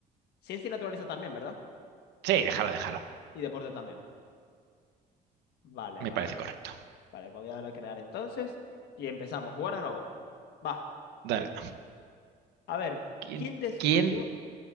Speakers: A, on the left (about 75°); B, on the right (about 85°).
A: Ciencia y naturaleza también, ¿verdad?
B: sí, déjalo, déjalo.
A: Y deporte también. Vale,
B: Me
A: vale.
B: parece correcto.
A: Vale, voy a darle a crear entonces y empezamos. Jugar de nuevo. Va.
B: Dale.
A: A ver,
B: ¿Quién?
A: ¿quién descubrió
B: ¿Quién?